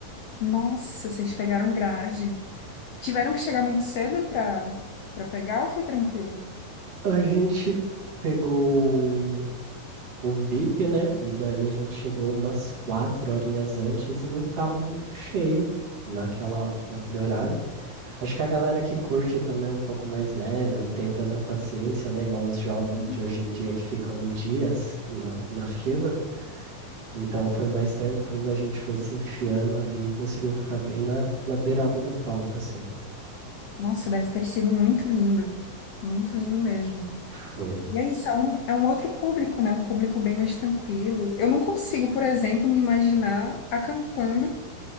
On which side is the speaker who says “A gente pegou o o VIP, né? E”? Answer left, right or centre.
Right